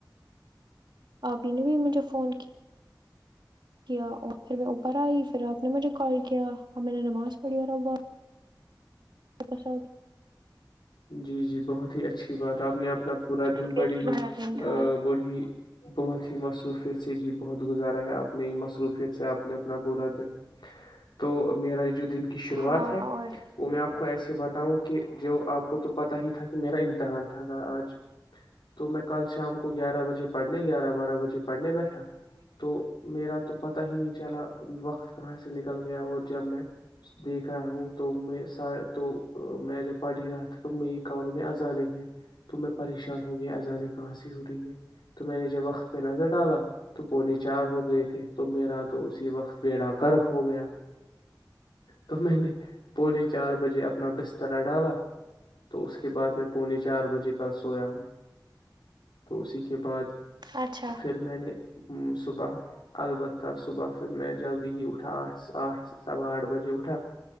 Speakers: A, on the right (about 75°); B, on the left (about 75°).
A: آپ ہی نے بھی مجھے فون کیا <inaudible> اوکے پھر میں اوپر آئی پھر آپ نے مجھے کال کیا اب میں نے نماز پڑھی اور اب واپس آ
B: جی جی بہت ہی اچھا اچھی بات آپ نے آپ نا پورا دن
A: بھرا
B: بڑی ہی
A: دن
B: ا
A: تھا
B: بڑی بہت ہی مصروفیت سے جی بہت گزارا ہے آپ نے مصروفیت سے آپ اپنا پورا دن تو میرا یہ دن کی شروعات
A: ہاں
B: ہے
A: اور
B: وہ میں آپ کو ایسے بات ہوں کہ جو آپ کو تو پتا ہی تھا کہ میرا امتحان تھا آج تو میں کل شام کو گیارہ بجے پڑھنے گیارہ بارہ بجے پڑھنے بیٹھا تو میرا تو پتا ہی نہیں چلا وقت کہاں سے نکل گیا اور جب میں دیکھ رہا ہوں تو میں س تو میں جب پڑ ہی رہا تھا تو میری کانوں میں ازانے ہوئی تو میں پریشان ہو گئی ازانے کہاں سے ہو رہی ہے تو میں نے جب وقت پہ نظر ڈالا تو پونے چار ہو گئے تھے تو میرا تو اسی وقت بیڑا گرک ہو گیا تو میں <inaudible> نے پونے چار بجے اپنا بسترا ڈالا تو اس کے بعد میں پونے چار بجے کا سویا ہوں تو اسی کے بعد
A: اچھا
B: پھر میں نے صبح البتہ صبح پھر میں جلدی ہی اٹھا آٹھ آٹھ سوا آٹھ بجے اٹھا